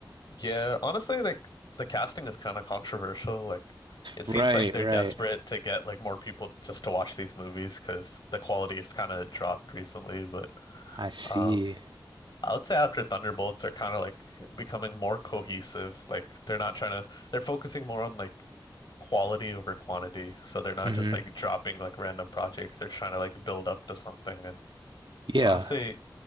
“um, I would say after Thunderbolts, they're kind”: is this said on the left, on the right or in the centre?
Left